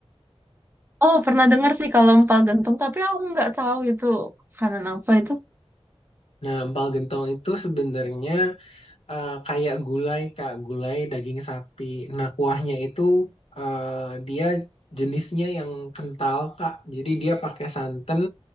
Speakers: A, on the right (about 20°); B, on the left (about 70°).
A: Oh, pernah dengar sih kalau empal gentong, tapi aku nggak tahu itu makanan apa itu.
B: Nah, empal gentong itu sebenarnya eh, kayak gulai, Kak, gulai daging sapi. Nah, kuahnya itu eh, dia jenisnya yang kental, Kak. Jadi dia pakai santan,